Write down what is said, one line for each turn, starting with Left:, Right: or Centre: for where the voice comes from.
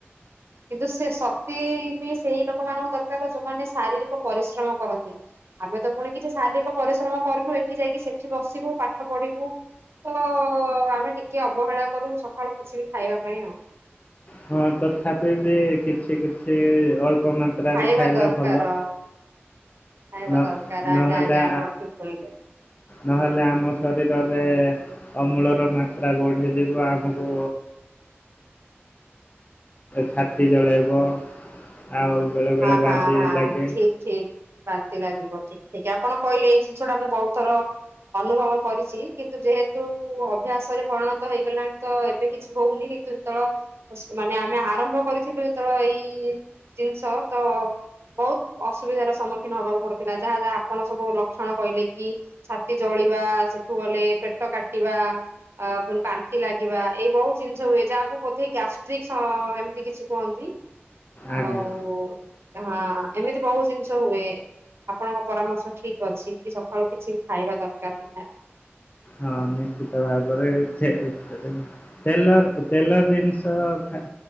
Right: କିନ୍ତୁ ସେ ଶକ୍ତି ବି ସେଇ ଲୋକ ମାନଙ୍କ ଦରକାର ଯୋଉମାନେ ଶାରୀରିକ ପରିଶ୍ରମ କରନ୍ତି ଆମେ ତ ପୁଣି କିଛି ଶାରୀରିକ ପରିଶ୍ରମ କରିନୁ ଏଠି ଯାଇକି ସେଠି ବସିବୁ ପାଠ ପଢିବୁ ତ ଆମେ ଟିକେ ଅବହେଳା କରୁ ସକାଳୁ କିଛି ବି ଖାଇବା ପାଇଁ ଆଉ
Left: ହଁ ତଥାପି ବି କିଛି କିଛି ଅଳ୍ପ ମ ତ୍ରାରେ
Right: ଖାଇବା
Left: ଖାଇଲେ
Right: ଦରକାର
Left: ଭଲ
Right: ଖାଇବା
Left: ନହ
Right: ଦରକାର
Left: ନହେଲେ
Right: ଆଜ୍ଞା ଆଜ୍ଞା ଆପଣ ଠିକ କହିଲେ।
Left: ନହେଲେ ଆମ ଶରୀରରେ ଅମଳର ମାତ୍ରା ବଢଯିବ ଆମକୁ ଛାତି ଜଳାଇବ ଆଉ ବେଳେବେଳେ
Right: ହଁ ହଁ
Left: ବାନ୍ତିି
Right: ହଁ
Left: ଲାଗେ
Right: ଠିକ ଠିକ ବାନ୍ତି ଲାଗିବ ଠିକ ଠିକ ଆପଣ କହିଲେ ଏଇ ଜିନିଷ ଟା ମୁଁ ବହୁତ ଥର ଅନୁଭବ କରିଛି କିନ୍ତୁ ଯେହେତୁ ଅଭ୍ୟାସରେ ପରିଣତ ହେଇଗଲାଣି ତ ଏବେ କିଛି ହଉନି ଯେତେବେଳେ ମାନେ ଆମେ ଆରମ୍ଭ କରିଥିଲୁ ଯେତେବେଳେ ଏଇ ଜିନିଷ ତ ବହୁତ ଅସୁବିଧାର ସମ୍ମୁଖୀନ ହବାକୁ ପଡୁଥିଲା ଯାହା ଯାହା ଆପଣ ସବୁ ଲକ୍ଷଣ କହିଲେ କି ଛାତି ଜଳିବା ସେଠୁ ଗଲେ ପେଟ କାଟିବା ଆ ପ ବାନ୍ତି ଲାଗିବା ଏଇ ବହୁତ ଜିନିଷ ହୁଏ ଯାହାକୁ ବୋଧେଇ ଗ୍ୟାଷ୍ଟ୍ରିକ୍ ଏମିତି କିଛି କୁହନ୍ତି
Left: ଆଜ୍ଞା।
Right: ଆଉ ହଁ ଏମିତି ବହୁତ ଜିନିଷ ହୁଏ ଆପଣଙ୍କ ପରାମର୍ଶ ଠିକ ଅଛି କି ସକାଳୁ କିଛି ଖାଇବା ଦରକାର ନିହାତି
Left: ହଁ ନିଶ୍ଚିତ ଭାବରେ ଛେ ଛେ ତେଲର ତେଲର ଜିନିଷ ଖା